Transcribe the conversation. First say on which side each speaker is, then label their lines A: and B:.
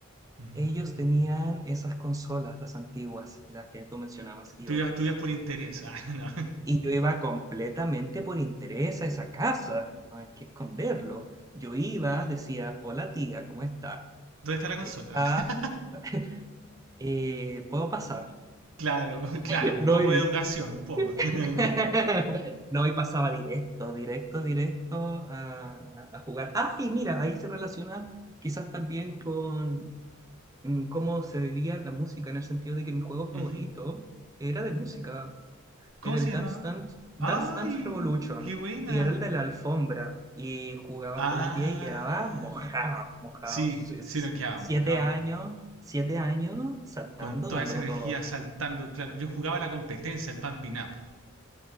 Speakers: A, on the right; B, on the right.
A: Mm.
B: Ellos tenían esas consolas, las antiguas, las que tú mencionabas y
A: Tú
B: otras.
A: ibas, tú ibas por interés. Ah, <laughs> no.
B: Y yo iba completamente por interés a esa casa, no hay que esconderlo. Yo iba, decía, hola tía, ¿cómo está?
A: ¿Dónde está la consola?
B: Está,
A: Ah.
B: <laughs> eh, ¿puedo pasar?
A: Claro, <laughs> claro,
B: <laughs>
A: un
B: No,
A: poco
B: y
A: de educación, un poco. <laughs>
B: <laughs> No, y pasaba directo, directo, directo a, a- a jugar. Ah, y mira, ahí se relaciona quizás también con mm, cómo se vivía la música, en el sentido de que mi juego favorito
A: Ujú.
B: era de música,
A: ¿Cómo
B: era el
A: se llamaba?
B: Dance Dance, Dance
A: ¡Ay!
B: Dance Revolution,
A: ¡Qué buena!
B: y era el de la alfombra, y jugaba
A: Ah,
B: todo el día y quedaba mojado, mojado.
A: sí,
B: Es-
A: sí nos quedábamos,
B: Siete
A: cabo.
B: años, siete años saltando,
A: Con toda
B: dándolo
A: esa energía
B: todo.
A: saltando, claro. Yo jugaba la competencia, el Pumping Up.